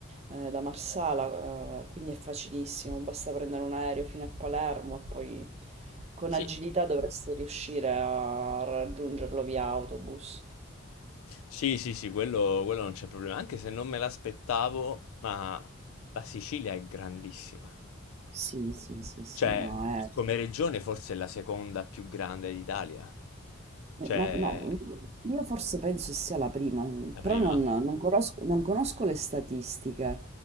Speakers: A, on the right; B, on the left.
A: eh, da Marsala, eh, quindi è facilissimo, basta prendere un aereo fino a Palermo e poi... Con
B: Sì.
A: agilità dovresti riuscire a raggiungerlo via autobus.
B: Sì, sì, sì, quello, quello non c'è problema, anche se non me l'aspettavo, ma la Sicilia è grandissima.
A: Sì, sì, sì, sì,
B: Cioè,
A: no, è...
B: come regione forse è la seconda più grande d'Italia.
A: eh,
B: Cioè,
A: Ma no, io forse penso sia la prima,
B: La prima?
A: però non, non conosco, non conosco le statistiche,